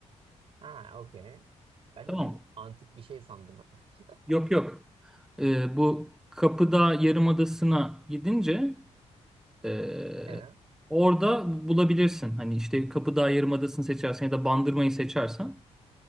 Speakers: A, on the right; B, in the centre.
A: Ha okey. Ben
B: Tamam
A: de bir
B: mı?
A: antik bir şey sandım. <laughs>
B: Yok yok. E, bu Kapıdağ Yarımadası'na gidince e,
A: Evet.
B: orada bulabilirsin. Hani işte Kapıdağ Yarımadası'nı seçersen ya da Bandırma'yı seçersen